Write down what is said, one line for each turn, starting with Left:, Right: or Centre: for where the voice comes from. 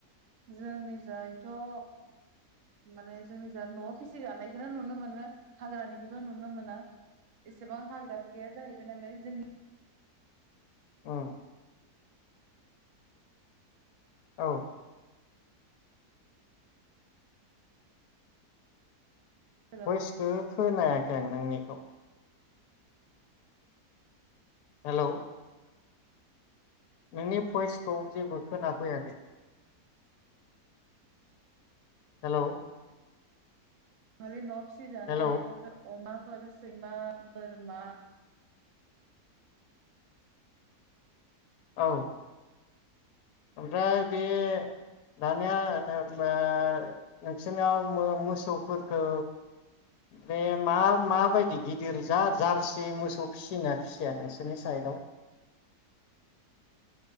Right: जोंनि जायथ' ओ माने जोंनि जा न'आव फिसि जानायखौनो नुनो मोनो हाग्रानिखौथ' नुनो मोना एसेबां हाग्राबो गैया जाहैबाय नालाय जोंनि
Left: औ औ
Right: ओनसोलाव
Left: भएस खो खोनायाखै आं नोंनिखौ हेलौ नोंनि भइसखौ जेबो खोनाफैयाखै हेलौ
Right: माने न' सि दानाय
Left: हेलौ
Right: बेफोर अमा सैमा बोरमा
Left: औ ओमफ्राय बे दानिया उम ओ नोंसोरनाव मोसौफोरखौ बे मा माबायदि गिदिर जा जारसि मोसौ फिसिना फिसिया नोंसोरनि साइडआव